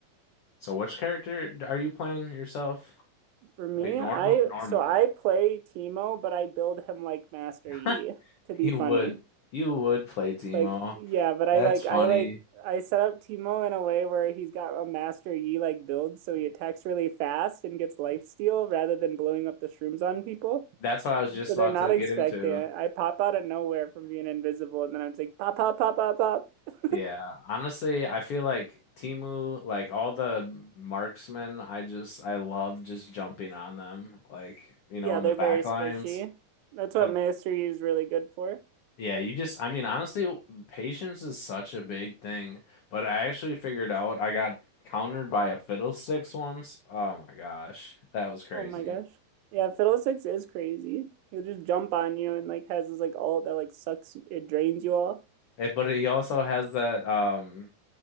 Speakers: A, on the left; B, on the right.
A: So which character d- are you playing yourself?
B: For me,
A: Like normal
B: I
A: normally.
B: so I play Teemo, but I build him like Master
A: <laughs>
B: Yi to be
A: You
B: funny.
A: would you would play Teemo.
B: Like, yeah, but I
A: That's
B: like
A: funny.
B: I like I set up Teemo in a way where he's got a Master Yi like build, so he attacks really fast and gets lifesteal rather than blowing up the shrooms on people.
A: That's what I was
B: And
A: just
B: so
A: about
B: they're not
A: to get
B: expecting
A: into.
B: it. I pop out of nowhere from being invisible, and then I'm just like pop, pop, pop, pop, pop. <laughs>
A: Yeah. Honestly, I feel like Teemu, like all the marksmen, I just I love just jumping on them. Like, you
B: Yeah,
A: know, in
B: they're
A: the back
B: very squishy.
A: lines.
B: That's what
A: I,
B: Master Yi is really good for.
A: Yeah, you just, I mean, honestly, patience is such a big thing. But I actually figured out I got countered by a fiddlesticks once. Oh my gosh, that was crazy.
B: Oh my gosh. Yeah, Fiddlesticks is crazy. He'll just jump on you and like has this like ult that like sucks it drains you all.
A: Eh, but he also has that um